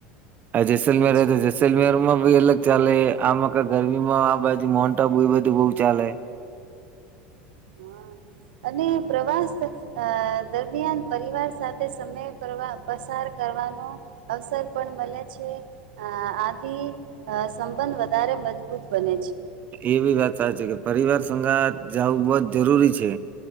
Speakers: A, on the right (about 35°); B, on the right (about 90°).
A: આ જેસલમેર
B: સાચી
A: તો
B: વાત
A: જેસલમેર માં ભી અલગ ચાલે આમાં ગરમી માં આ બાજુ મોન્ટ આબુ એ બધું બઉુ ચાલે <unintelligible>
B: હા અને પ્રવાસ અ દરમિયાન પરિવાર સાથે સમય કરવાનો પસાર કરવાનો અવસર પણ મલે છે. અ આથી સંબંધ વધારે મજબૂત બને છે.
A: એ બી વાત સાચી કે પરિવાર સંગાત જાવું બહોત જ જરૂરી છે